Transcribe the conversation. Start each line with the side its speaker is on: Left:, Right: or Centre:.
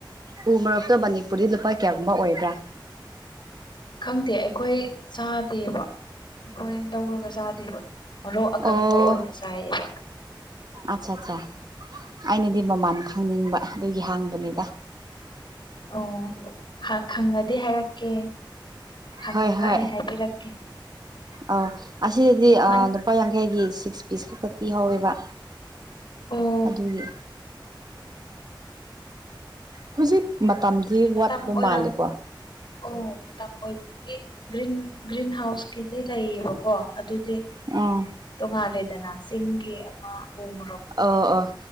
Right: ꯎ ꯃꯔꯣꯛꯇꯣ ꯃꯅꯤꯄꯨꯔꯗꯤ ꯂꯨꯄꯥ ꯀꯌꯥꯒꯨꯝꯕ ꯑꯣꯏꯕ꯭ꯔꯥ
Left: ꯈꯪꯗꯦ ꯑꯩꯈꯣꯏ ꯆꯥꯗꯦꯕ ꯑꯩꯈꯣꯏ ꯇꯧꯔꯒ ꯆꯥꯗꯦꯕ ꯃꯔꯣꯛ ꯑꯀꯪꯕ
Right: ꯑꯣ
Left: ꯑꯣꯏꯅ ꯆꯥꯏꯌꯦꯕ
Right: ꯑꯠꯆꯥ ꯑꯠꯆꯥꯆꯥ ꯑꯩꯅꯗꯤ ꯃꯃꯥꯟ ꯈꯪꯅꯤꯡꯕ ꯑꯗꯨꯒꯤ ꯍꯥꯡꯕꯅꯤꯗ
Left: ꯑꯣ ꯈꯪꯉꯗꯤ ꯍꯥꯏꯔꯛꯀꯦ ꯍꯪꯉꯒ
Right: ꯍꯣꯏ ꯍꯣꯏ
Left: ꯑꯩ ꯍꯥꯏꯕꯤꯔꯛꯀꯦ
Right: ꯑꯧ ꯑꯁꯤꯗꯗꯤ
Left: ꯅꯪ
Right: ꯂꯨꯄꯥ ꯌꯥꯡꯈꯩꯒꯤ ꯁꯤꯛꯁ ꯄꯤꯁ ꯈꯛꯇꯛ ꯄꯤꯍꯧꯋꯦꯕ
Left: ꯑꯣ
Right: ꯑꯗꯨꯒꯤ ꯍꯧꯖꯤꯛ ꯃꯇꯝꯗꯤ
Left: ꯃꯇꯝ
Right: ꯋꯥꯠꯄ
Left: ꯑꯣꯏꯔꯝ
Right: ꯃꯥꯜꯂꯤꯀꯣ
Left: ꯑꯣ ꯃꯇꯝ ꯑꯣꯏꯗꯕꯒꯤ ꯒ꯭ꯔꯤꯟ ꯒ꯭ꯔꯤꯟ ꯍꯥꯎꯁꯀꯤꯗꯤ ꯂꯩꯌꯦꯕꯀꯣ ꯑꯗꯨꯗꯤ
Right: ꯑꯣ
Left: ꯇꯣꯉꯥꯂꯦꯗꯅ ꯆꯤꯡꯒꯤ ꯑꯃ ꯎ ꯃꯔꯣꯛꯇꯨꯗꯤ
Right: ꯑꯣ ꯑꯣ